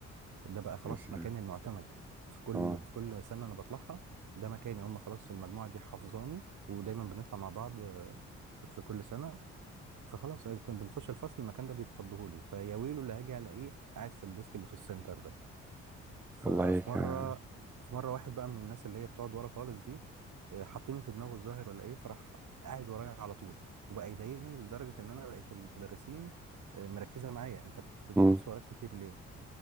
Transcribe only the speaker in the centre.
يا سلام
أه
والله هيك
آه،
آه،